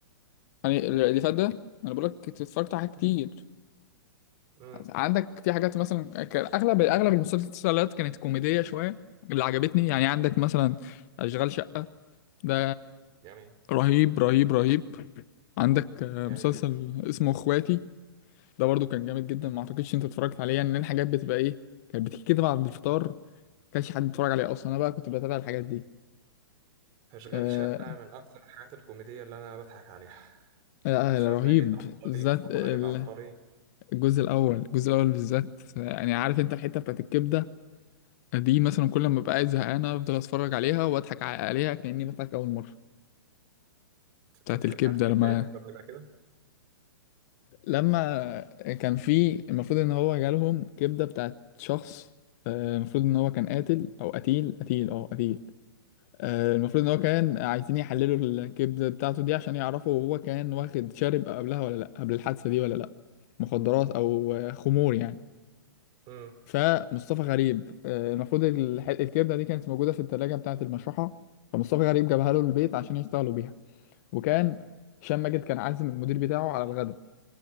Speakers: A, on the left; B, on the right.
A: يعني ال- اللي فات ده أنا بقول لك اتفرجت على حاجات
B: مم.
A: كتير
B: مم.
A: عندك في حاجات مثلا كان أغلب أغلب المسلسلات كانت كوميدية شوية اللي عجبتني يعني عندك مثلا أشغال شقة ده
B: جميل
A: رهيب رهيب رهيب عندك آه،
B: جميل
A: مسلسل
B: جدا
A: اسمه اخواتي ده برضو كان جامد جدا
B: مم.
A: ما اعتقدش انت اتفرجت عليه يعني لان الحاجات بتبقى ايه كانت بتيجي كده بعد الفطار ما كانش حد بيتفرج عليها اصلا انا بقى كنت بتابع الحاجات دي
B: أشغال
A: آه،
B: شقة من أكتر الحاجات الكوميدية اللي أنا بضحك عليها
A: لا
B: هشام
A: لا، رهيب
B: ماجد عبقري
A: بالذات
B: مصطفى
A: ال-
B: غريب عبقري
A: الجزء الاول الجزء الاول بالذات يعني عارف انت الحته بتاعت الكبده دي مثلا كل ما ببقى قاعد زهقان افضل اتفرج عليها واضحك ع- عليها كاني بضحك اول مره بتاعت
B: الحتة
A: الكبده
B: بتاعت الكبدة
A: لما
B: إيه فكرني بقى كده
A: لما كان في المفروض ان هو جالهم كبده بتاعت شخص آه، المفروض ان هو كان قاتل او قتيل قتيل اه قتيل آه، المفروض ان هو كان عايزين يحللوا الكبده بتاعته دي عشان يعرفوا هو كان واخد شارب قبلها ولا لا قبل الحادثه دي ولا لا مخدرات او آه، خمور يعني
B: مم.
A: فمصطفى غريب آه، المفروض الح- الكبده دي كانت موجوده في الثلاجه بتاعه المشرحه فمصطفى غريب جابها له البيت عشان يشتغلوا بيها وكان هشام ماجد كان عازم المدير بتاعه على الغداء